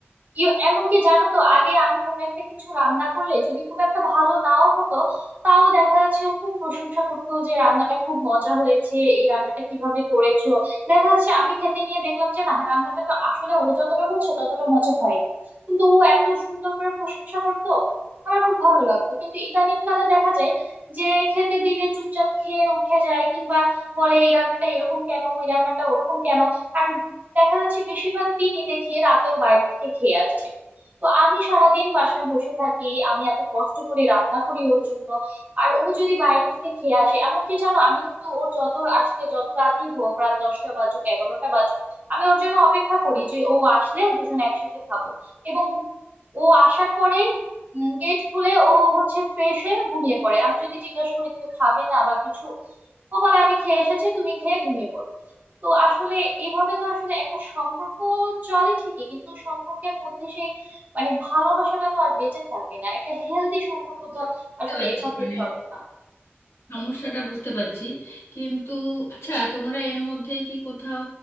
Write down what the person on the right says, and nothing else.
ইয়ে- এমনকি জানো তো আগে আমি কোনো একটা কিছু রান্না করলে যদি খুব একটা ভালো নাও হতো তাও দেখা যাচ্ছে ও খুব প্রশংসা করতো যে রান্নাটা খুব মজা হয়েছে এই রান্নাটা কিভাবে করেছো দেখা যাচ্ছে আমি খেতে নিয়ে দেখলাম যে না রান্নাটা তো আসলে ও যতটা বলছে ততটা মজা হয়নি কিন্তু ও এত সুন্দর করে প্রশংসা করতো আমার খুব ভালো লাগতো কিন্তু ইদানিং কালে দেখা যায় যে খেতে দিলে চুপচাপ খেয়ে উঠে যায় কিংবা বলে এই রান্নাটা এরকম কেন ওই রান্নাটা ওরকম কেন আর দেখা যাচ্ছে বেশিরভাগ দিনই দেখি রাতেও বাইরে থেকে খেয়ে আসছে তো আমি সারাদিন বাসায় বসে থাকি আমি এত কষ্ট করে রান্না করি ওর জন্য আর ও যদি বাইরে থেকে খেয়ে আসে এমনকি জানো আমি কিন্তু ওর যত আসতে যত রাতই হোক রাত দশটা বাজুক এগারোটা বাজুক আমি ওর জন্য অপেক্ষা করি যে ও আসলে দুজন একসাথে খাবো এবং ও আসার পরে গেট খুলে ও হচ্ছে ফ্রেশ হয়ে ঘুমিয়ে পড়ে আমি যদি জিজ্ঞাসা করি তুমি খাবে না বা কিছু ও বলে আমি খেয়ে এসেছি তুমি খেয়ে ঘুমিয়ে পড়ো তো আসলে এভাবে তো আসলে একটা সম্পর্ক চলে ঠিকই কিন্তু সম্পর্কের মধ্যে সেই মানে ভালোবাসাটা তো আর বেঁচে থাকে না একটা হেলদি সম্পর্ক
তো আসলে
এভাবে
চলে না